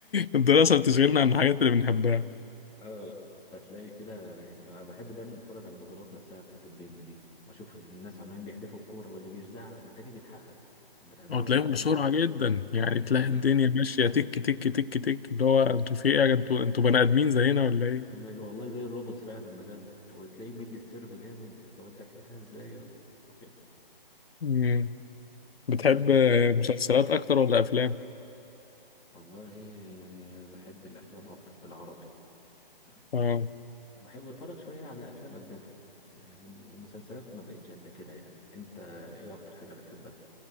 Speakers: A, on the left; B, on the left.
A: الدراسة بتشغلنا عن الحاجات اللي بنحبها
B: اه هتلاقي كده يعني انا بحب دايما اتفرج على البطولات نفسها بتاعت البنج دي واشوف الناس عمالين بيحدفوا الكوره واللي بيرزعها والتاني بيلحقها طب بتعملوا
A: وتلاقيهم
B: ايه يا جدعان
A: بسرعة جدا يعني تلاقي
B: اه
A: الدنيا ماشية تك تك تك تك اللي هو انتوا في ايه يا جد- انتوا انتوا بني ادمين زينا ولا ايه؟
B: عامل- والله زي الروبوت فعلا بجد وتلاقيه مدي السيرف جامد طب انت لحقتها ازاي وكده
A: مم.
B: بس
A: بتحب
B: والله
A: آه، مسلسلات اكتر ولا افلام؟
B: والله يعني بحب الافلام اكتر العربي يعني
A: اه
B: بحب اتفرج شويه على افلام اجنبي يعني ومسلسلات ما بقتش قد كده يعني انت ايه اكتر حاجه بتحبها